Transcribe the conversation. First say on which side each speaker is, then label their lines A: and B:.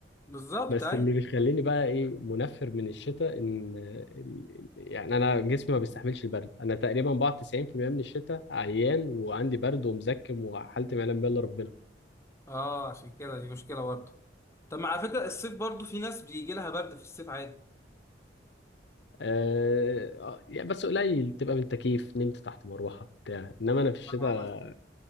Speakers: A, on the left; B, on the left.
A: بالظبط
B: بس
A: ايوه
B: اللي بيخليني بقى ايه منفر من الشتاء ان ال- يعني انا جسمي ما بيستحملش البرد انا تقريبا بقعد 90% من الشتاء عيان وعندي برد ومزكم وحالتي ما يعلم بها الا ربنا
A: اه عشان كده دي مشكله برضه طب ما على فكرة الصيف برضو في ناس بيجي لها برد في الصيف عادي
B: آه آه، يعني بس قليل بتبقى من تكييف نمت تحت مروحه بتاع انما انا في الشتاء
A: آه، مثلا